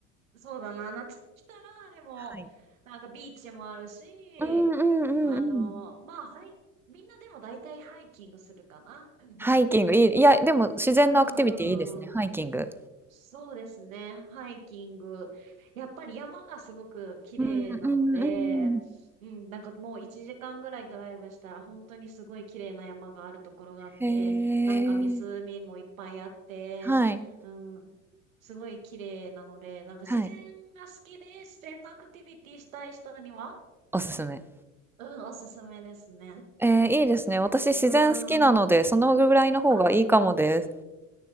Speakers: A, on the right; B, in the centre.
A: そうだな、夏来たら、でも、
B: はい。
A: なんかビーチもあるし、
B: うんうんうんうん。
A: あの、まあ、はい、みんなでも大体ハイキングするかな。<laughs>
B: ハイキング、いい、いや、でも自然のアクティビティいいですね、
A: う
B: ハイキング。
A: ん。そうですね。ハイキング。やっぱり山がすごく綺麗なので、
B: うん、うん、うん、うんうん。
A: うん、なんかもう1時間ぐらいドライブしたら本当にすごい綺麗な山があるところがあって、
B: へえ、
A: なんか湖もいっぱいあって、
B: はい、
A: うん、すごい綺麗なので、なんか自然が好きで自然のアクティビティしたい人には、
B: はい、おすすめ。
A: うん、おすすめですね。
B: えー、いいですね。私自然好きなので、
A: うーん。
B: そのぐらいの方がいいかもです。
A: あ、うん